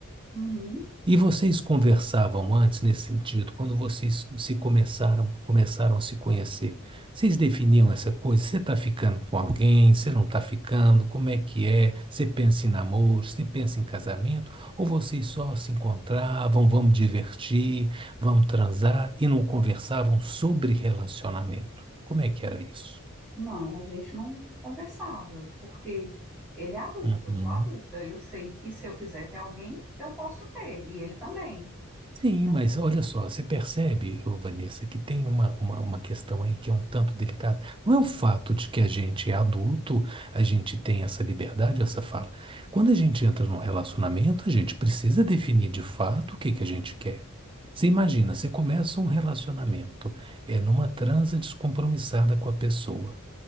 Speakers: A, in the centre; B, on the right.
A: Uhum.
B: E vocês conversavam antes nesse sentido, quando vocês se começaram, começaram a se conhecer, vocês definiam essa coisa? Você está ficando com alguém? Você não está ficando? Como é que é? Você pensa em namoro? Você pensa em casamento? Ou vocês só se encontravam, vamos divertir, vamos transar e não conversavam sobre relacionamento? Como é que era isso?
A: Não, a gente não conversava, porque ele é adulto,
B: Uhum.
A: eu sou adulta. Eu sei que se eu quiser ter alguém, eu posso ter, e ele também,
B: Sim,
A: né?
B: mas olha só, você percebe, ô Vanessa, que tem uma, uma, uma questão aí que é um tanto delicada. Não é o fato de que a gente é adulto, a gente tem essa liberdade, essa fala. Quando a gente entra num relacionamento, a gente precisa definir de fato o que que a gente quer. Você
A: Uhum,
B: imagina, você começa um relacionamento, é numa transa descompromissada com a pessoa.